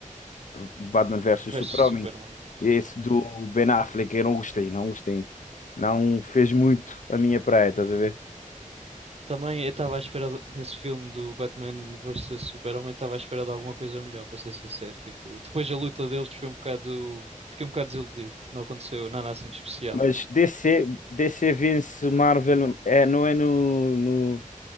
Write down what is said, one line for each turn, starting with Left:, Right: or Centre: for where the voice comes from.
Left: Batman versus
Right: Versus
Left: Super-Homem.
Right: Superman.
Left: Esse do Ben Affleck, eu não gostei, não gostei. Não fez muito a minha praia, estás a ver?
Right: Também eu estava à espera de- nesse filme do Batman vs Super-Homem, estava à espera de alguma coisa melhor, para ser sincero. Tipo, depois a luta deles foi um bocado. Fiquei um bocado desiludido. Não aconteceu nada assim de especial.
Left: Mas DC, DC vence Marvel, é, não é no, no-